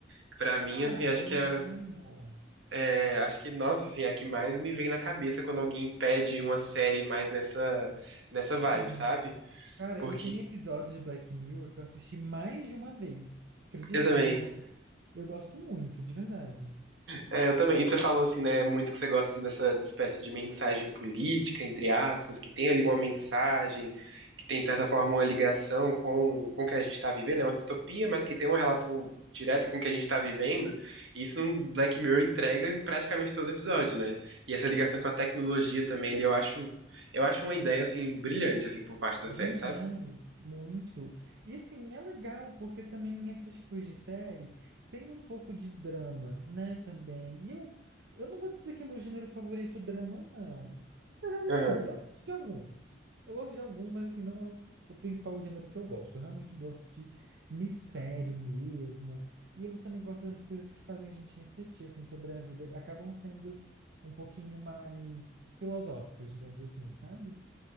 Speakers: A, on the right; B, on the right.
A: Que pra mim,
B: Ah,
A: assim, acho
B: eu
A: que é,
B: amo.
A: é, Acho que, nossa, assim, é a que mais me vem na cabeça quando alguém pede uma série mais nessa, nessa
B: Sim.
A: vibe, sabe?
B: Cara,
A: Porque.
B: e tem episódios de Black Mirror que eu assisti mais de uma vez. Acredita?
A: Eu também.
B: Tipo, eu, eu gosto muito, de verdade.
A: É, eu também. E você falou assim, né, muito que você gosta dessa espécie de mensagem política, entre aspas, que tem ali uma mensagem, que tem, de certa forma, uma ligação com, com o que a gente está vivendo, é uma distopia, mas que tem uma relação direta com o que a gente está vivendo. E isso no Black Mirror entrega em praticamente todo episódio, né? E essa ligação com a tecnologia também, ele, eu acho, eu acho uma ideia, assim, brilhante, assim, por parte da
B: Demais,
A: série, sabe?
B: muito. E assim, é legal, porque também esses tipos de série tem um pouco de drama, né, também. E eu, eu não vou dizer que é meu gênero favorito drama, não. Mas
A: Aham,
B: assim, eu gosto de alguns. Eu gosto de alguns, mas assim, não é o, o principal gênero que eu gosto. Eu realmente gosto de mistério mesmo. E eu também gosto das coisas que fazem a gente refletir, assim, sobre a vida. Acabam sendo um pouquinho mais filosóficas, digamos assim, sabe?